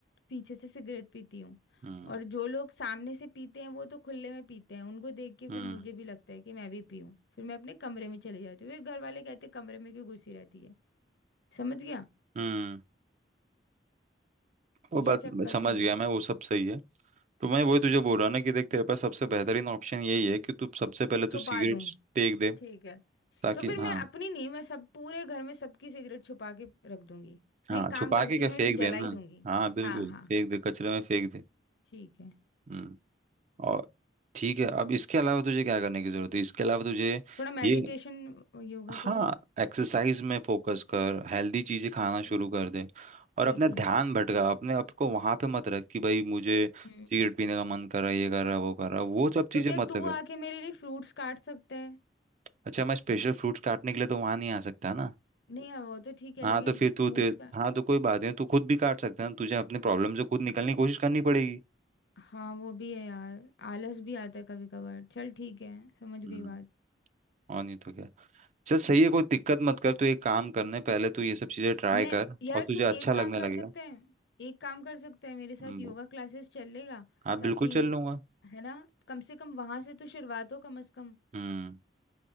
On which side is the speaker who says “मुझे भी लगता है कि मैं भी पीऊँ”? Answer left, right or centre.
Left